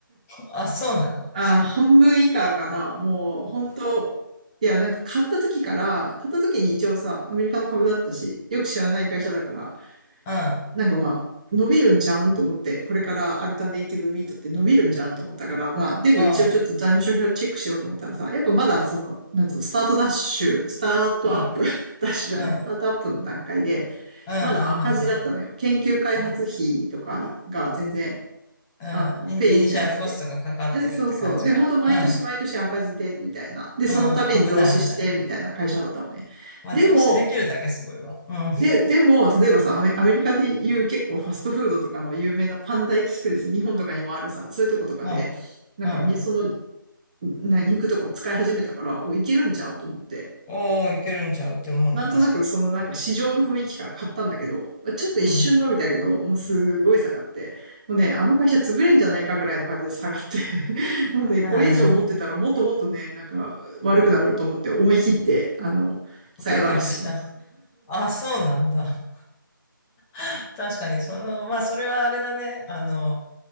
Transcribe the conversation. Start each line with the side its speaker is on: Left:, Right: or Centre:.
Centre: あ、そうなの。
Right: あー、半分以下かな。もう、本当いや、なんか買った時から、買った時に一応さ、アメリカの株だったし、よく知らない会社だから、
Centre: うん、
Right: なんかまあ、伸びるんちゃうんと思って、これからアルタネイティブミートって伸びるんじゃんと思ったから、まあ、でも一応ちょっと財務諸表チェックしようと思ったらさ、
Centre: うん、
Right: やっぱまだその、なんつうの、スタートダッシュ、スタートアップ
Centre: うん、うん、
Right: <laughs> ダッシュじゃない、
Centre: うん、
Right: スタートアップの段階で、
Centre: うん、うん、
Right: まだ赤字だったのよ。研究開発費とかが全然、
Centre: うん、うん。うん。
Right: あの、
Centre: インイニシャルコストがかかってるって感じか。
Right: ペイできてなくて。え、そうそう。で、本当毎年毎年赤字で、
Centre: うん。
Right: みたいな。で、その度に増資して、
Centre: うん。危ない、危ない。
Right: みたいな会社だったのね。
Centre: まあ、
Right: でも、
Centre: 増資できるだけすごいわ。うん。
Right: で、でも、例えばさ、アメアメリカでいう結構ファストフードとかの有名なパンダエキスプレス、日本とかにもあるさ、そういうとことかで、
Centre: うん。
Right: なんかね、
Centre: うん。
Right: その、な、肉とかを使い始めたから、お、いけるんちゃうと思って。
Centre: おー、いけるんちゃうって思うね、
Right: なんとなくそのなんか市場の雰囲気から買ったんだけど、
Centre: 確かに。
Right: ちょっと一瞬伸びたけど、
Centre: うん。
Right: もうすごい下がって、もうね、あの会社潰れんじゃないかぐらいの感じで下がって、<laughs> もうね、これ以上持ってたらもっともっとね、
Centre: あー
Right: なんか悪くなると思って思い切って、あの、さよならした。
Centre: 売却した。
Right: <laughs>
Centre: あ、そうなんだ。<laughs> 確かに、その、まあ、それはあれだね。あの、